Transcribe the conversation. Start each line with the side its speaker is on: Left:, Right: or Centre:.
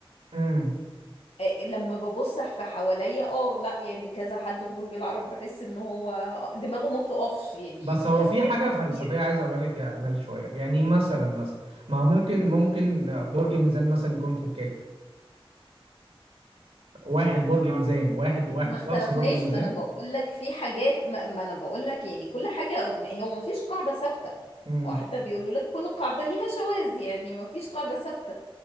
Right: م.
Left: آه، لما ببص في حواليا اه لا يعني كذا حد برج العقرب بحس ان هو دماغه ما بتقفش يعني
Right: بس
Left: في
Right: هو
Left: تفكير
Right: في حاجة
Left: كتير
Right: فلسفية عايز أقولها لك يا أمال شوية يعني مثلا مثلا ما هو ممكن ممكن برج ميزان مثلا يكون شكاك واحد برج ميزان واحد واحد
Left: ما اختلفناش
Right: شخص برج ميزان
Left: ما انا بقول لك في حاجات ما, ما انا بقول لك يعني كل حاجه ما- هو ما فيش قاعده ثابته
Right: امم
Left: وحتى بيقولوا لك كل قاعده ليها شواذ يعني ما فيش قاعده ثابته